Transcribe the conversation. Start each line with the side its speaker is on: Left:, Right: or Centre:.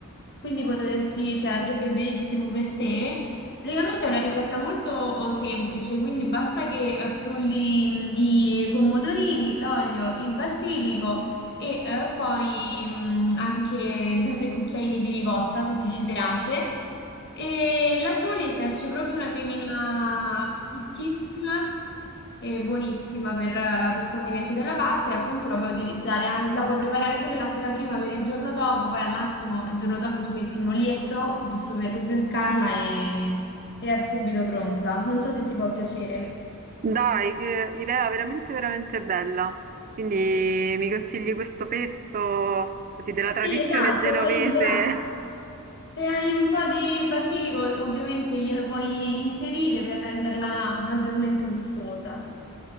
Left: Quindi potresti, cioè andrebbe benissimo per te. Praticamente è una ricetta molto oh, semplice, quindi basta che eh, frulli mh, i pomodorini, l'olio, il basilico e eh, poi mh, anche due o tre cucchiaini di ricotta se ti ci piace. E la Frullit esce proprio una cremina fischissima e buonissima per, per il condimento della pasta e appunto la puoi utilizzare anche, la puoi preparare pure la sera prima per il giorno dopo, poi al massimo il giorno dopo ci metti un olietto giusto per rinfrescarla e, e è subito pronta. Non so se ti può piacere.
Right: Dai, che idea veramente, veramente bella. Quindi mi consigli questo pesto, così della
Left: Sì,
Right: tradizione
Left: esatto,
Right: genovese,
Left: poi gliela-
Right: <laughs>
Left: se hai un po' di basilico ovviamente glielo puoi inserire per renderla maggiormente gustosa.